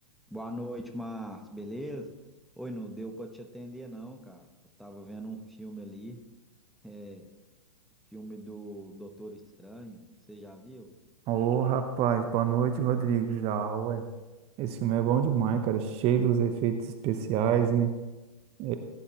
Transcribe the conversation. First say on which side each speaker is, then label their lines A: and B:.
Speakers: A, in the centre; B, on the right (about 30°).
A: Boa noite, Márcio, beleza? Oi, não deu pra te atender não, cara. Eu tava vendo um filme ali, é, o filme do Doutor Estranho, você já viu?
B: Ô, rapaz, boa noite, Rodrigo. Já, ué. Esse filme é bom demais, cara. Cheio dos efeitos especiais, né? É,